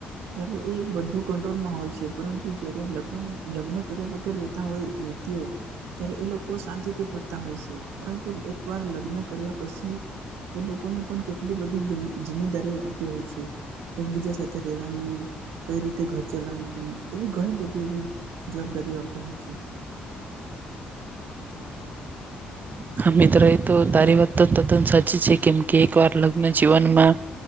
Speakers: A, on the right (about 70°); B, on the right (about 40°).
A: ત્યારે એ બધું કંટ્રોલમાં હોય છે પરંતુ જ્યારે લગ્ન લગ્ન કર્યા વગર રહેતા હોય. તેઓ ત્યારે એ લોકો શાંતિથી ફરતા હોય છે પરંતુ એક વાર લગ્ન કર્યા પછી. એ લોકો ને પણ કેટલી બધી જીજિમેદારીઓ આવતી હોય છે એકબીજા સાથે રહેવાની. કઈ રીતે ઘર ચલાવવાવુ એવી ઘણી બધી એવી જવાબદારીઓ આવતી હોય છે.
B: હા મિત્ર એતો તારી વાત તો તદન સાચી. સાચી છે કેમ કે એક વાર લગ્ન જીવનમાં